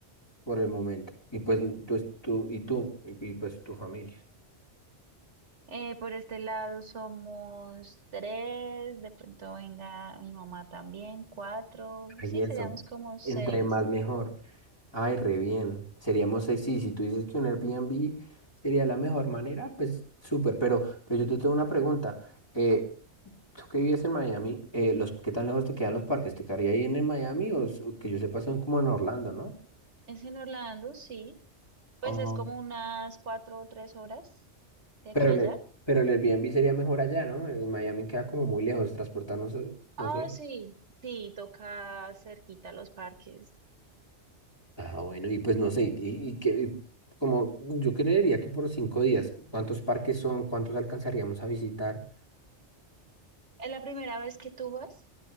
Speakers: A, on the left; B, on the right.
A: por el momento. Y pues tú, es- tú y tú, y, y, pues tu familia.
B: Eh, por este lado somos tres, de pronto venga mi mamá también, cuatro,
A: Ay,
B: sí,
A: eso.
B: seríamos como seis.
A: Entre más mejor. Ay, re bien. Seríamos seis. Sí, si tú dices que un Airbnb sería la mejor manera, pues súper. Pero, pero yo te tengo una pregunta. Eh, tú que vives en Miami, eh, los, ¿qué tan lejos te quedan los parques? ¿Te quedaría ahí en, en Miami o s- que yo sepa son como en Orlando,
B: Es en Orlando, sí, pues
A: ¿no?
B: es como unas cuatro o tres horas de
A: Pero,
B: aquí a
A: le,
B: allá.
A: pero el Airbnb sería mejor allá, ¿no? En Miami queda como muy lejos, transportarnos, eh,
B: Ah,
A: no sé.
B: sí, sí, toca cerquita los parques.
A: Ah, bueno, y pues no sé, y, y que y como yo creería que por cinco días, ¿cuántos parques son? ¿Cuántos alcanzaríamos a visitar?
B: ¿Es la primera vez que tú vas?